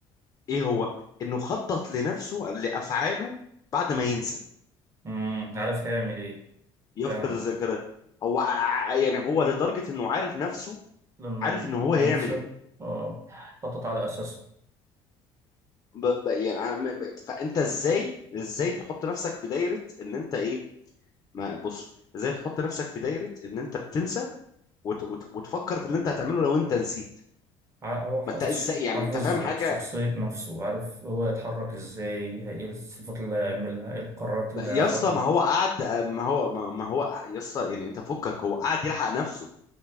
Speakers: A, on the left; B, on the right.
A: ايه هو انه خطط لنفسه لافعاله بعد ما ينسى
B: أمم، عارف هيعمل ايه
A: يفقد
B: فاهمك
A: الذاكره هو ع- يعني هو لدرجه انه عارف نفسه
B: لما
A: عارف
B: ي-
A: ان هو
B: ينسى
A: هيعمل ايه
B: اه خطط على أساسها
A: ب... ب... يعني م- م- فانت ازاي ازاي تحط نفسك في دايره ان انت ايه ما بص ازاي تحط نفسك في دايره ان انت بتنسى وت... وت... وتفكر في اللي انت هتعمله لو انت نسيت
B: ع- هو حافظ
A: ما انت ازاي
B: حافظ
A: يعني انت فاهم حاجه
B: شخصية نفسه عارف هو يتحرك ازاي هي- ايه الصفات اللي هيعملها ايه القرارات اللي
A: يا
B: هياخدها
A: اسطى ما هو قعد ما هو ما, ما هو يا اسطى يعني انت فكك هو قعد يلحق نفسه